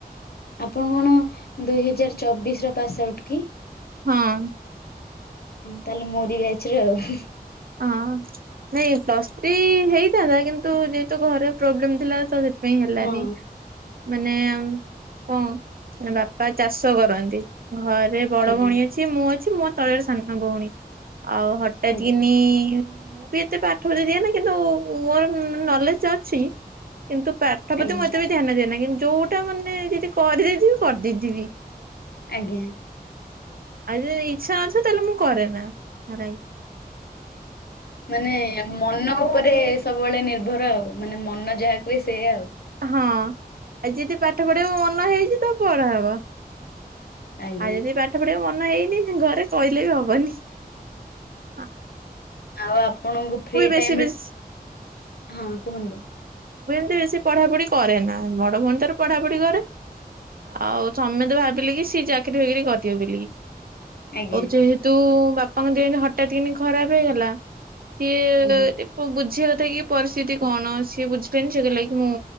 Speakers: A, on the left; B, on the right.
A: ଆପଣ କଣ ଦୁଇ ହଜାର ଚବିଶ୍ ର ପାସ୍ ଆଉଟ୍ କି?
B: ହଁ।
A: ତାହେଲେ ମୋରି ବ୍ୟାଚର ଆଉ।
B: ଅଁ ନାଇଁ ପ୍ଲସ୍ ଥ୍ରୀ ହେଇଥାନ୍ତା କିନ୍ତୁ ଯେହେତୁ ଘରେ ପ୍ରୋବ୍ଲେମ୍ ଥିଲା ତ ସେତ୍ ପାଇଁ ହେଲାନି।
A: ହଁ
B: ମାନେ କଁ ବାପା ଚାଷ କରନ୍ତି। ଘରେ ବଡ଼ଭଉଣୀ
A: ଆଜ୍ଞା
B: ଅଛି ମୁଁ ଅଛି ମୋ ତଳରେ ସାନଭଉଣୀ ଆଉ ହଠାତ୍
A: ଆଜ୍ଞା
B: କି <unintelligible> ମୁଁ ବି ଏତେ ପାଠରେ ଦିଏ ନା କିନ୍ତୁ ମୋର ନଲେଜ ଅଛି କିନ୍ତୁ ପାଠ ପ୍ରତି
A: ଆଜ୍ଞା
B: ମୁଁ ଏତେ ବି ଧ୍ୟାନ ଦିଏ ନା କିନ୍ତୁ ଯୋଉଟା ମାନେ ଯଦି କରିଦେଇଥିବି କରିଦେଇଥିବି।
A: ଆଜ୍ଞା।
B: ଆଉ ଯଦି ଇଛା ନଥିବ ତାହଲେ ମୁଁ କରନା ଆରାଇ,
A: ମାନେ ମନ ଉପରେ ସବୁବେଳେ ନିର୍ଭର ଆଉ ମାନେ ମନ ଯାହା କୁହେ ସେଇୟା ଆଉ।
B: ହଁ ଆ ଯଦି ପାଠ ପଢିବା ମନ ହେଇଛି ତ ପଢ଼ା ହବା।
A: ଆଜ୍ଞା।
B: ଆଉ ଯଦି ପାଠ ପଢ଼ିବାକୁ ମନ ହେଇନି ଘରେ କହିଲେ ବି ହବନି ଆ
A: ଆଉ ଆପଣଙ୍କୁ ଫ୍ରି
B: ବେଶୀ
A: ଟାଇମରେ
B: ବେଶୀ
A: ହଁ କୁହନ୍ତୁ ।
B: ସିଏ ବେଶି ପଢ଼ାପଢ଼ି କରେ ନା ବଡ଼ ଭଉଣି ତାର ପଢ଼ାପଢ଼ି କରେ ଆଉ । ସମେତେ ଭାବିଲେ କି ସିଏ ଚାକିରି ବାକିରି କରିିବ ବେଲିକି ଆଉ
A: ଆଜ୍ଞା
B: ଯେହେତୁ । ବାପାଙ୍କ ଦେହ ଇଁତି ହଠାତ୍ କିନି ଖରାପ ହେଇଗଲା ସିଏ
A: ଆଜ୍ଞା
B: ଟିକେ ବୁଝିବା । କଥା କି ପରିସ୍ତିତି କଣ ସିଏ ବୁଝିବେନି ସେ କଇଲାକିି ମୁଁ